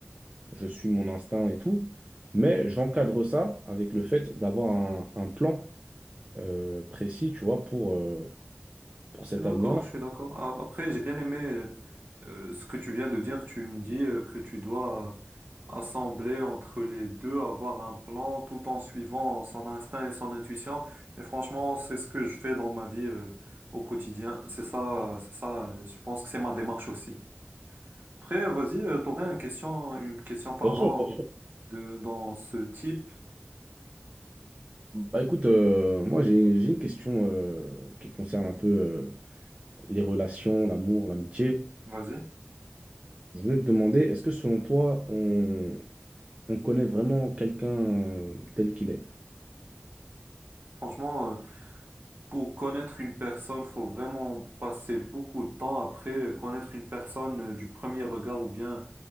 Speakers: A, on the right (about 35°); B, on the right (about 55°).
A: je suis mon instinct et tout. Mais j'encadre ça avec le fait d'avoir un, un plan euh, précis, tu vois, pour, euh, pour cet
B: Je suis
A: avenir-là.
B: d'accord, je suis d'accord. A- Après, j'ai bien aimé euh, euh, ce que tu viens de dire. Tu me dis euh, que tu dois euh, assembler entre les deux, avoir un plan tout en suivant son instinct et son intuition. Et franchement, c'est ce que je fais dans ma vie euh, au quotidien. C'est ça, c'est ça. euh, Je pense que c'est ma démarche aussi. Après, vas-y, euh, t'aurais une question, une question, pardon,
A: Bien sûr, bien sûr.
B: de dans ce type.
A: Bah écoute, euh, moi j'ai j'ai une question euh, qui concerne un peu euh, les relations, l'amour, l'amitié.
B: Vas-y.
A: Je voulais te demander, est-ce que selon toi, on, on connaît vraiment quelqu'un euh, tel qu'il est?
B: Franchement, euh, Pour connaître une personne, faut vraiment passer beaucoup de temps. Après, euh, connaître une personne euh, du premier regard ou bien